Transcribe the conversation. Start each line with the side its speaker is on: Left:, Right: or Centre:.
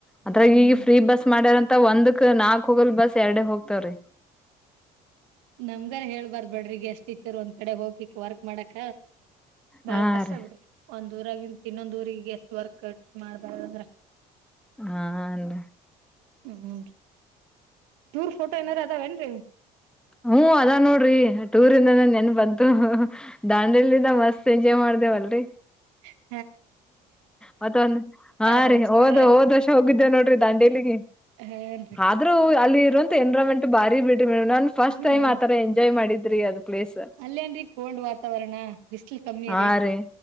Centre: ಅದ್ರಾಗ
Right: ಹ್ಮ್
Centre: ಈಗ ಫ್ರೀ ಬಸ್ ಮಾಡ್ಯಾರಂತ ಒಂದು ನಾಕ್ ಹೋಗಲ್ ಬಸ್ ಎರಡೆ ಹೋಗ್ತಾವ್ರೀ
Right: ನಮಗರೇ ಹೇಳ್ಬಾರಬಿಡ್ರಿ ಗೇಷ್ಟ್ ಟೀಚರ್ ಒಂದ್ ಕಡೆ ಹೋಗಿಕ್ ವರ್ಕ್ ಮಾಡಾಕ ಬಾಳ್
Centre: ಹಾ
Right: ಕಸ
Centre: ರೀ
Right: ಬಿಡ ಒಂದ ದೂರಾಗಿನ್ ಇನ್ನೊಂದು ದೂರಿಗೆ ಗೇಷ್ಟ ವರ್ಕ್ ಮಾಡ್ಬಾರಂದ್ರ
Centre: ಹಾ ನರೀ
Right: ಹುನರಿ ಟೂರ್ ಫೋಟೋ ಏನಾರ ಅದಾವ ಏನ್ರರಿ
Centre: ಹ್ಮ್ ಅದಾ ನೋಡ್ರಿ ಟೂರಿಂದ ನೆನಪ ಬಂತು ದಾಂಡೆಲ್ದಿ ಮಸ್ತ್ ಎಂಜಾಯ ಮಾಡ್ದೇವಲ್ರರಿ
Right: ಹ
Centre: ಮತ್ತೊಂದ ಹಾ
Right: ನೆನ್ಸ್ಕೊಂಡ್ರೆ
Centre: ರೀ ಹೋದ ಹೋದ ವರ್ಷ ಹೋಗಿದ್ದೆವ ನೋಡ್ರಿ ದಾಂಡೇಲಿಗೆ
Right: ಹಾನ್ರಿ
Centre: ಆದ್ರೂ ಅಲ್ಲಿ ಇರುವಂತ ಎನ್ರಮೆಂಟ್ ಬಾರಿ ಬಾರಿ ಬಿಡ್ರಿ ಮೇಡಂ ನನ್ ಫಸ್ಟ್
Right: ಹ್ಮ್
Centre: ಟೈಮ್ ಆತರಾ ಎಂಜಾಯ್ ಮಾಡಿದ್ರಿ ಅದು ಪ್ಲೇಸ್
Right: ಅಲ್ಲೇನ್ರಿ ಕೋಲ್ಡ್ ವಾತಾವರಣ ಬಿಸ್ಲ್ ಕಮ್ಮಿ
Centre: ಹಾ ರೀ